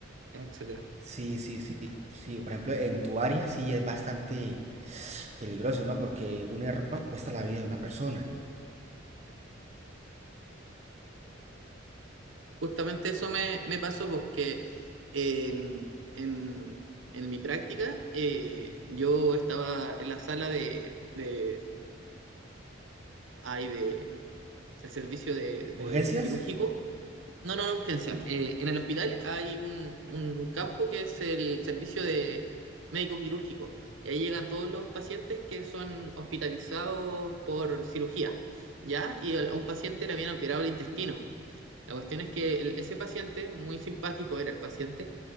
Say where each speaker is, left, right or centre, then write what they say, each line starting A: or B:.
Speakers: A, on the right; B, on the right.
A: etcétera.
B: Sí, sí, sí, sí. Por ejemplo, en tu área sí es bastante peligroso, ¿no? Porque un error cuesta la vida de una persona.
A: Justamente eso me, me pasó porque en, en- en mi práctica eh, yo estaba en la sala de, de, hay de el servicio de, de
B: ¿Urgencias?
A: quirúrgico, no, no, no, urgencia. Eh, en el hospital hay un, un campo que es el servicio de médico quirúrgico y ahí llegan todos los pacientes que son hospitalizados por cirugía, ¿ya? Y a un paciente le habían operado el intestino. La cuestión es que el- ese paciente, muy simpático era el paciente,